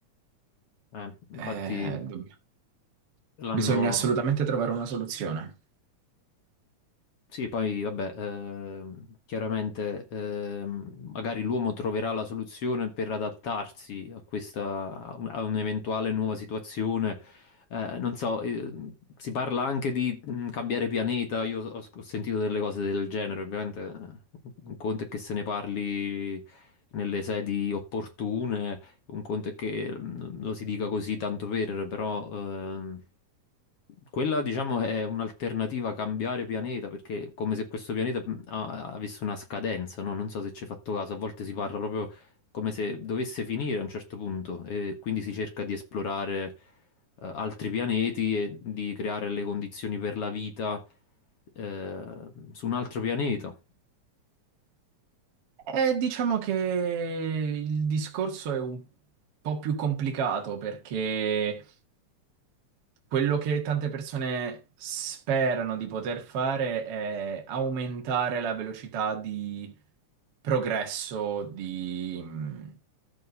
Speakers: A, on the left (about 55°); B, on the right (about 50°).
A: Eh, infatti
B: Eh, dobb-
A: l'hanno...
B: bisogna assolutamente trovare una soluzione.
A: Sì, poi vabbè, ehm, chiaramente ehm, magari l'uomo troverà la soluzione per adattarsi a questa, a un'eventuale nuova situazione. Eh, non so, eh, si parla anche di mm, cambiare pianeta, io ho, ho sentito delle cose del genere, ovviamente eh, un conto è che se ne parli nelle sedi opportune. Un conto è che mm, lo si dica così tanto per, però ehm, quella diciamo è un'alternativa a cambiare pianeta perché è come se questo pianeta mm, ha- avesse una scadenza, no? Non so se ci hai fatto caso, a volte si parla proprio come se dovesse finire a un certo punto e quindi si cerca di esplorare eh, altri pianeti e di creare le condizioni per la vita eh, su un altro pianeta.
B: Eh, diciamo che il discorso è un po' più complicato perché quello che tante persone sperano di poter fare è aumentare la velocità di progresso, di, mm,